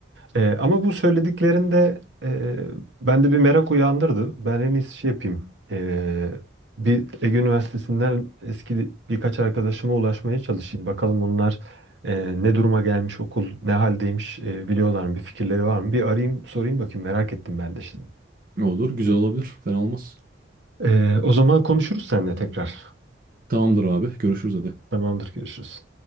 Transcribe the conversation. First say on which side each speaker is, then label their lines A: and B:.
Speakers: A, on the right (about 65°); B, on the right (about 50°).
A: E, ama bu söylediklerinde e, bende bir merak uyandırdı. Ben en iyisi şey yapayım. E, bir Ege Üniversitesi'nden eski birkaç arkadaşıma ulaşmaya çalışayım. Bakalım onlar e, ne duruma gelmiş okul, ne haldeymiş e, biliyorlar mı, bir fikirleri var mı? Bir arayayım, sorayım bakayım merak ettim ben de şimdi.
B: Ne olur? Güzel olabilir. Fena olmaz.
A: E, o zaman konuşuruz seninle tekrar.
B: Tamamdır abi. Görüşürüz hadi.
A: Tamamdır, görüşürüz.